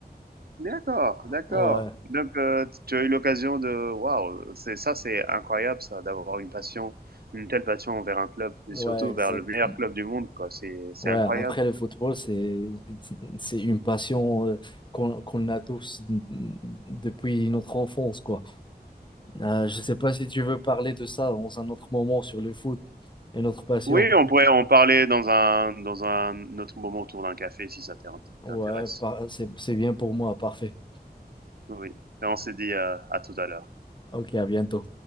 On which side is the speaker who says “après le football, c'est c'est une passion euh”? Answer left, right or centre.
Left